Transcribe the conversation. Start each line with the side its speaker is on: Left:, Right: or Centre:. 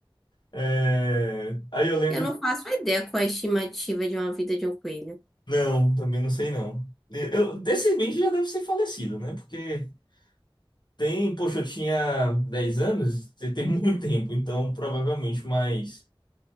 Left: É, Aí eu lembro,
Centre: Eu não faço ideia qual é a estimativa de uma vida de um coelho.
Left: não, também não sei não. Eu, desse bem já deve ser falecido, né? Porque tem, poxa, eu tinha 10 anos, tem tem <laughs> muito tempo, então provavelmente mais